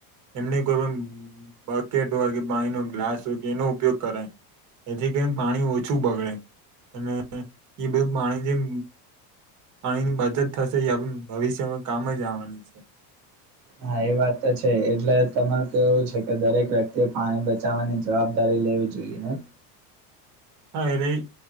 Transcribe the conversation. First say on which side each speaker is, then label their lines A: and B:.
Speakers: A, on the right (about 40°); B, on the right (about 60°).
A: એમની કોઈ પણ બકેટ હોય કે પાઈનો હોય ગ્લાસ હોય કે એનો ઉપયોગ કરાય. એથી કેમ પાણી ઓછું બગડે અને એ બધ પાણી જેમ પાણીની બચત થશે એ ભવિષ્યમાં કામ જ આવવાની છે.
B: હા એ વાત તો છે એટલે તમાર કેવું છે કે દરેક વ્યક્તિ એ પાણી બચવાની જવાબદારી લેવે જોઈએ એન
A: હા એ રઈ